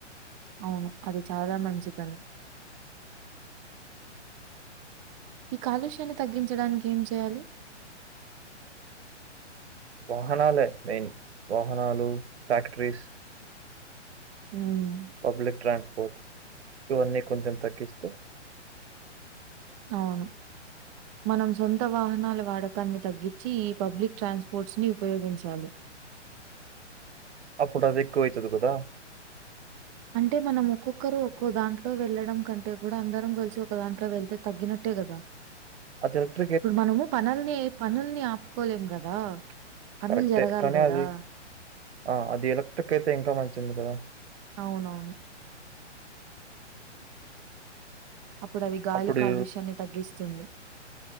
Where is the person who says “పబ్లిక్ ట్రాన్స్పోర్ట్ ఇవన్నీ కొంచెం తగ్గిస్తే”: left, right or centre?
Right